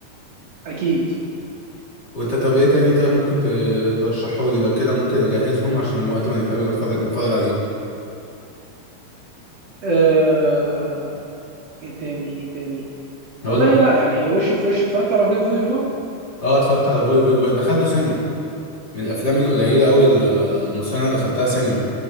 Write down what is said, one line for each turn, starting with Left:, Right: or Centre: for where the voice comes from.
Right: أكيد
Left: وانت طب ايه تاني طيب ممكن ترشحه لي لو كده ممكن اجهزهم عشان وقت ما نتقابل اتفرج نتفرج عليه
Right: آه إيه تاني إيه تاني
Left: اقول
Right: والله
Left: لك
Right: لا يعني وش في وش اتفرجت على فيفوي فيفوي
Left: اه اتفرجت على فوي فوي فوي انا دخلته سينما من الافلام القليله قوي المصريه اللي انا دخلتها سينما